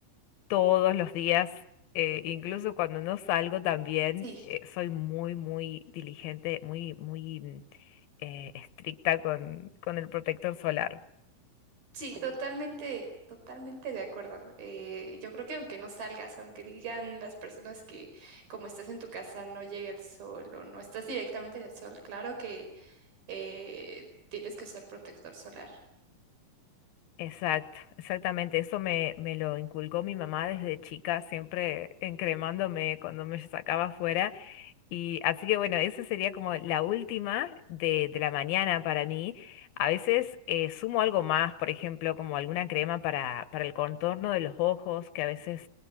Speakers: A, on the left; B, on the right.
A: todos los días, eh, incluso cuando no salgo también,
B: Sí.
A: eh, soy muy, muy diligente, muy, muy mm, eh, estricta con, con el protector solar.
B: Sí, totalmente, totalmente de acuerdo. Eh, yo creo que aunque no salgas, aunque digan las personas que como estás en tu casa no llega el sol o no estás directamente en el sol, claro que eh, tienes que usar protector solar.
A: Exacto, exactamente. Eso me, me lo inculcó mi mamá desde chica, siempre encremándome cuando me sacaba afuera. Y así que bueno, esa sería como la última de, de la mañana para mí. A veces eh, sumo algo más, por ejemplo, como alguna crema para, para el contorno de los ojos, que a veces